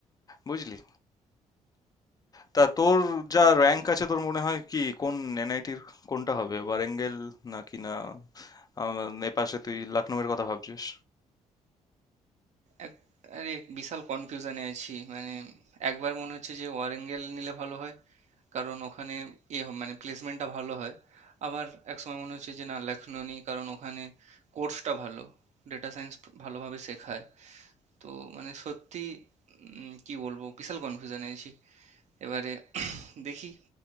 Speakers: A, on the left; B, on the right.
A: বুঝলি তা তোর যা র্যাঙ্ক আছে তোর মনে হয় কি কোন এনআইটির কোনটা হবে ওয়ারেঙ্গেল নাকি না আম, এপাশে তুই লখনউয়ের কথা ভাবছিস
B: এক আরে বিশাল কনফিউশনে আছি মানে একবার মনে হচ্ছে যে ওয়ারেঙ্গেল নিলে ভালো হয় কারণ ওখানে ইয়ে হ- মানে প্লেসমেন্টটা ভালো হয় আবার এক সময় মনে হচ্ছে যে না লখনৌ নেই কারণ ওখানে কোর্সটা ভালো ডেটা সায়েন্স ভালোভাবে শেখায় তো মানে সত্যি উম, কি বলবো বিশাল কনফিউশনে আছি এবারে দেখি